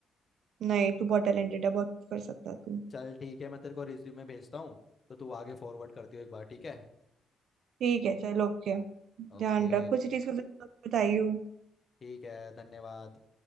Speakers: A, on the right; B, on the left.
A: नहीं तू बहुत टैलेंटेड है बहुत कुछ कर सकता है तू
B: चल ठीक है मैं तेरे को रिज्यूमे भेजता हूँ तो तू आगे फॉरवर्ड करती हो एक बार ठीक है
A: ठीक है चल ओके
B: ओके
A: ध्यान रख कुछ चीज का जरूरत बताइयो
B: ठीक है धन्यवाद